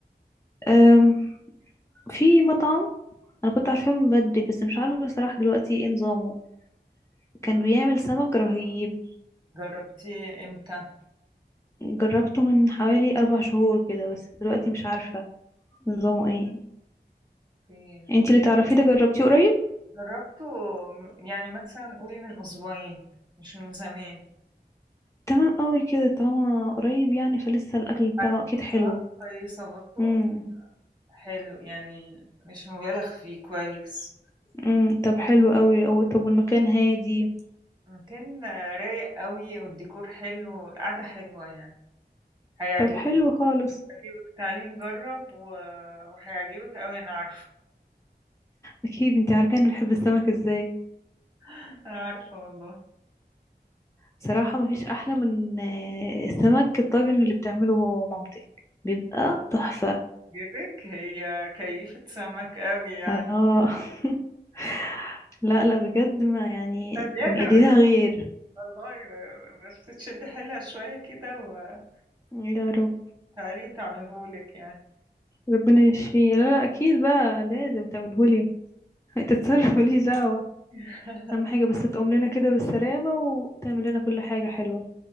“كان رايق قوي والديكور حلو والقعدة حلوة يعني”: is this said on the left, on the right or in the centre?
Right